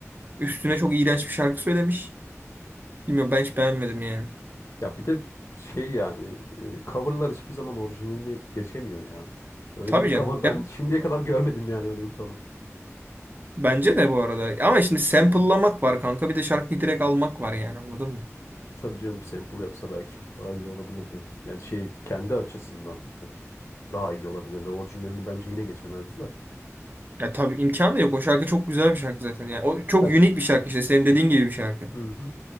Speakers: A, on the right; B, on the left.
A: Üstüne çok iğrenç bir şarkı söylemiş. Bilmiyorum ben hiç beğenmedim yani.
B: Ya bir de şey yani e, coverlar hiçbir zaman orijinali geçemiyor ya. Öyle
A: Tabii
B: bir cover
A: canım. Ya
B: ben şimdiye kadar görmedim yani öyle bir cover.
A: bence de bu arada. Ama şimdi sample'lamak var kanka. Bir de şarkıyı direkt almak var yani anladın mı?
B: Tabii canım sample yapsa belki çok daha iyi olabilirdi. Yani şey kendi açısından yani daha iyi olabilirdi. Orijinalini bence yine geçemezdi de.
A: Ya tabii imkanı da yok. O şarkı çok güzel bir şarkı zaten. Yani o çok
B: Ya,
A: unik
B: ç-
A: bir şarkı işte. Senin dediğin
B: Hı hı.
A: gibi bir şarkı.
B: Hı hı.